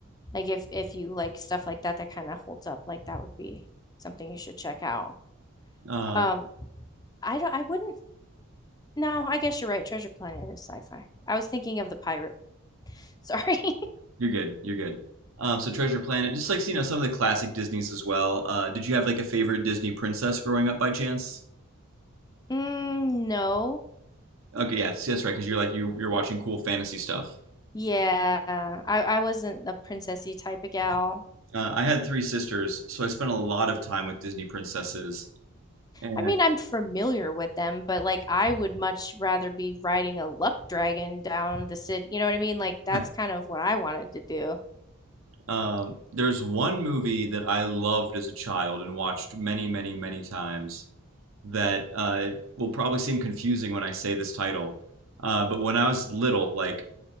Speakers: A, on the left; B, on the right.
A: like if if you like stuff like that that kind of holds up, like that would be something you should check out.
B: Um,
A: Um I don't I wouldn't no, I guess you're right. Treasure Planet is sci-fi. I was thinking of the pirate. Sorry. <laughs>
B: You're good. You're good. Um, so Treasure Planet, just like you know, some of the classic Disney's as well. Uh, did you have like a favorite Disney princess growing up by chance?
A: Mm, no.
B: Okay, yeah, see, that's right, because you're like you you're watching cool fantasy stuff.
A: Yeah. I, I wasn't a princessy type of gal.
B: Uh, I had three sisters, so I spent a lot of time with Disney princesses. And
A: I mean, I'm familiar with them, but like I would much rather be riding a luck dragon down the city. You know what I mean? Like that's
B: <laughs>
A: kind of what I wanted to do.
B: um, there's one movie that I loved as a child and watched many, many, many times that uh, will probably seem confusing when I say this title. Uh, but when I was little, like